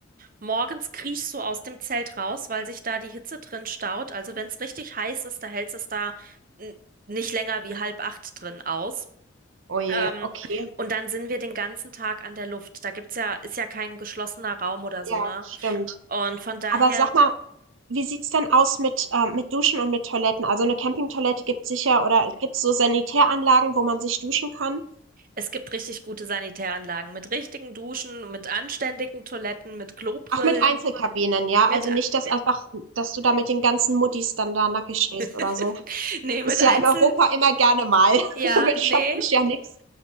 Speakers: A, on the right; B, on the right.
A: morgens kriechst du aus dem Zelt raus, weil sich da die Hitze drin staut. Also wenn es richtig heiß ist, da hält es da n- nicht länger wie halb acht drin aus.
B: Oh je,
A: Ähm,
B: okay.
A: und dann sind wir den ganzen Tag an der Luft. Da gibt's ja, ist ja kein geschlossener Raum oder so,
B: Ja,
A: ne?
B: stimmt.
A: Und von daher.
B: Aber sag mal, wie sieht's dann aus mit, ähm, mit Duschen und mit Toiletten? Also eine Campingtoilette gibt's sicher oder gibt's so Sanitäranlagen, wo man sich duschen kann?
A: Es gibt richtig gute Sanitäranlagen mit richtigen Duschen, mit anständigen Toiletten, mit Klobrillen,
B: Auch mit Einzelkabinen, ja?
A: mit
B: Also
A: a-
B: nicht, dass einfach, dass du da mit den ganzen Muttis dann da nackig stehst
A: <laughs>
B: oder so.
A: nee, mit
B: Ist
A: Einzel
B: ja in Europa immer gerne mal.
A: ja,
B: <laughs> Schockt
A: nee,
B: mich ja nix.